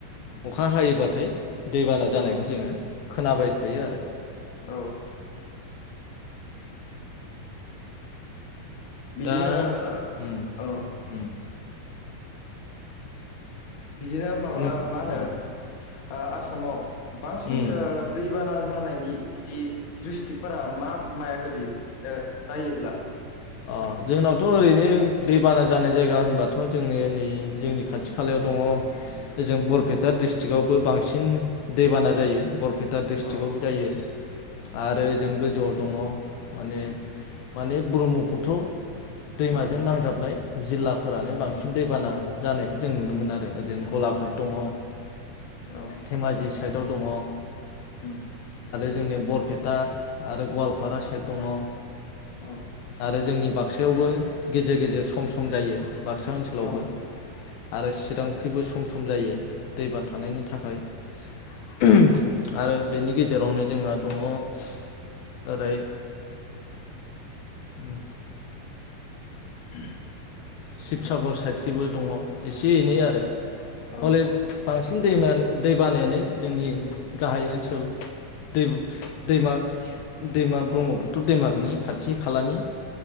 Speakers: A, on the left; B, on the left.
A: अखा हायोबाथाय दैबाना
B: औ
A: जानायखौ
B: औ
A: जोङो खोनाबाय थायो आरो।
B: औ <inaudible> बिदिनो
A: दा उम
B: ओ
A: उम
B: बिदिनो माबा
A: नों
B: मा होनो
A: अ
B: ओ आसामाव बांसिन
A: उम
B: ओ दैबाना जानायनि इदि दिस्ट्रिक्फोरा मा माया गोलियो <inaudible> नायोब्ला?
A: अ जोंनावथ' ओरैनो दैबाना जानाय जायगा होनबाथ' जोंनि नै जोंनि खाथि खालायाव दङ ओजों बरपेटा डि्रस्टिकआवबो बांसिन दैबाना जायो बर पेटा ड्रिस्टिकआव
B: औ
A: जायो। आरो ओजों गोजौआव दङ माने माने ब्रह्म फुथ्र। दैमाजों
B: औ
A: नांजाबनाय जिल्लाफोरानो बांसिन दैबाना जानायखौ जों नुनो मोनो आरो ओरैनो गलाघाट दङ।
B: औ
A: धेमाजि साइ दाव दङ।
B: उम।
A: जोंनिया बरपेटा आरो गवालपारा साइद दङ।
B: औ।
A: आरो जोंनि बाक्सायावबो गेजेर गेजेर सम सम जायो। बाक्सा ओनसोलावबो
B: औ
A: आरो चिरांखैबो सम सम जायो दैबा थानायनि थाखाय उम। आरो बेनि गेजेरावनो जोंहा दङ'
B: <inaudible>
A: ओरै उम।
B: <unintelligible>
A: शिबसागर साइदखिबो दङ। एसे एनै
B: औ
A: आरो
B: औ
A: हले
B: औ
A: बांसिन बांसिन दै दै बानायानो जोंनि गाहाय ओनसोल दैबु दैमा दैमा ब्रह्मपुत्र दैमानि खाथि खालानि